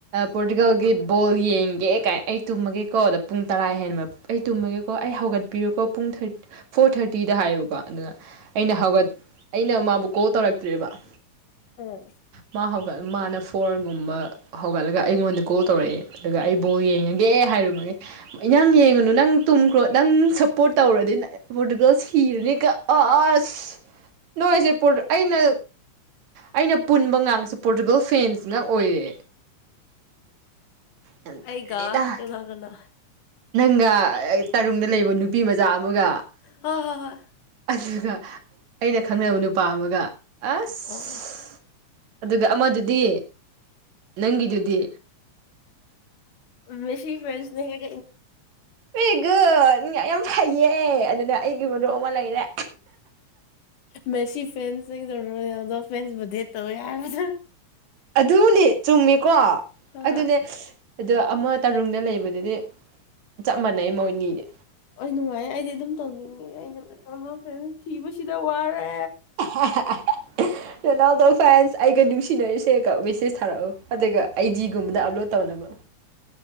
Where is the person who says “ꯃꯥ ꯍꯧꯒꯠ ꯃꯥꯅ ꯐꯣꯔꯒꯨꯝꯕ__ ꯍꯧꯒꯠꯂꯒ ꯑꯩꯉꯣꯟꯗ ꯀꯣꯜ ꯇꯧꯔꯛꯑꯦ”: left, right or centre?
Right